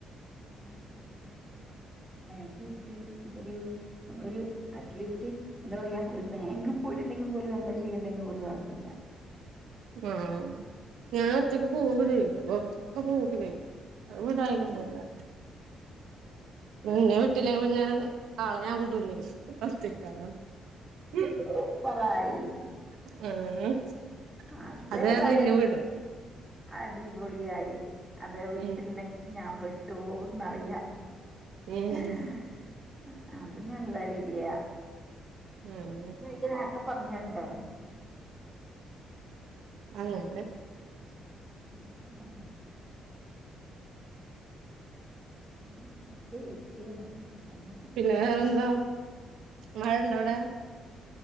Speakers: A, in the centre; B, on the right (about 85°).
A: <unintelligible> കൊണ്ട് പോവും <unintelligible> വിട്ട് ഇപ്പ ഒരു നമ്മളൊരു അറ്റ്ലീസ്റ്റ് എന്താ പറയാ ഒരു ബാങ്ക് പോയിട്ട്ണ്ടെങ്കി പോലും എന്താ ചെയ്യണ്ടേന്ന് പോലും അറിയില്ലാ
B: ആഹ് ഞാൻ ഒറ്റക്ക് പോവുമ്പഴെ <unintelligible> പോവുമ്പഴെ അത് വിടായികൊന്നൂല്ലാ ഇന്നെ വിട്ടില്ലെങ്കി പിന്നെ ആളെ ഞാൻ വിടൂല്ലേ ഒറ്റക്ക് <unintelligible>
A: ഇത് സൂപ്പറായി അതേതായാലും
B: അത് കാരണം ഇന്നെ വിടും
A: അടിപൊളിയായി അതെ വിട്ടില്ലെങ്കി
B: ഉം
A: ഞാൻ പെട്ടു പോകുന്നറിയാ
B: ഉം
A: ഏഹ് അത് നല്ല ഐഡിയാ
B: ഉം
A: ഈ ഐഡിയ നേരത്തെ പറഞ്ഞരണ്ടെ
B: അങ്ങനെ
A: <inaudible> ഉമ്മ വീട്ടില്ലെങ്കില് ഇക്കെ മോനും പോണ്ടാന്ന് പറയും
B: പിന്നെ വേറെന്താ മഴ ഇണ്ടാ അവിടെ